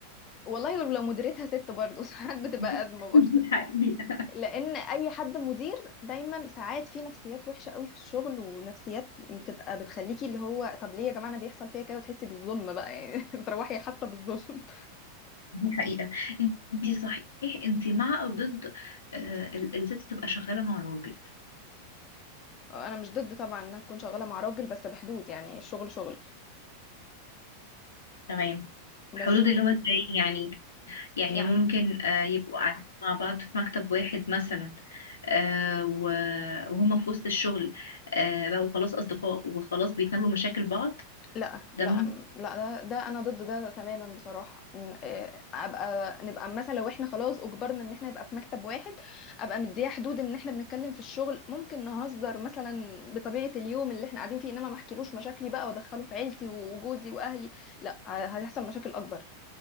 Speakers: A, on the left (about 40°); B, on the left (about 80°).
A: والله لو لو مديرتها ست برضه <laughs> ساعات بتبقى
B: <laughs>
A: ازمه برضه
B: دي حقيقة
A: لان اي حد مدير دايما ساعات في نفسيات وحشه قوي في الشغل ونفسيات بتبقى بتخليكي اللي هو طب ليه يا جماعه انا بيحصل فيا كده وتحسي بالظلم بقى يعني <laughs> تروحي حاسه بالظلم
B: دي حقيقة انتي صحيح انتي مع او ضد آه، ال- الست تبقى شغالة مع راجل
A: انا مش ضد طبعا انها تكون شغاله مع راجل بس بحدود يعني الشغل شغل
B: تمام حدود
A: بس
B: اللي هو ازاي يعني يعني
A: يعني
B: ممكن آه، يبقوا قاعدين مع بعض في مكتب واحد مثلا آه، و- وهم في وسط الشغل آه، بقوا خلاص أصدقاء وخلاص بيتناولوا مشاكل بعض
A: لا
B: ده
A: لا
B: ممكن
A: لا لا ده انا ضد ده تماما بصراحه إن- إيه، ابقى نبقى مثلا لو احنا خلاص اجبرنا ان احنا نبقى في مكتب واحد ابقى مديه حدود ان احنا بنتكلم في الشغل ممكن نهزر مثلا بطبيعه اليوم اللي احنا قاعدين فيه انما ما احكيلوش مشاكلي بقى وادخله في عيلتي وجوزي واهلي لا هتحصل مشاكل اكبر